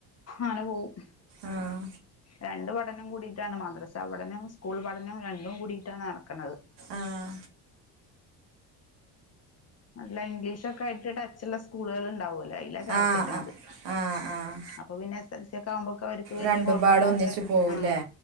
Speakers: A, on the left (about 35°); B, on the right (about 75°).
A: ആന പോകവും
B: ആഹ
A: രണ്ട പഠനം കൂടിയിട്ടാണ് മദ്രസാ പഠനം സ്കൂൾ പഠനവും രണ്ടും കൂടിയിട്ടാണ് നടക്കണുന്നത്
B: ആഹ
A: നല്ല ഇംഗ്ലീഷ ഒക്കെ ആയിട്ട് ടച്ചുള്ള സ്കൂളുകൾ ഉണ്ടാവുമല്ലോ അല്ല ചേർത്തിക്കണത്
B: ആഹ് ആഹ് ആഹ് ആഹ് ആഹ്
A: അപ്പൊ പിന്നെ എസ് എൽ സി ഒക്കെ ആവുമ്പോക്കെ അവർക്ക് വലിയ
B: രണ്ടുംപാടെ
A: കുഴപ്പല്ലാതെ
B: ഒന്നിച്ചു പോവുല്ലേ
A: ആഹ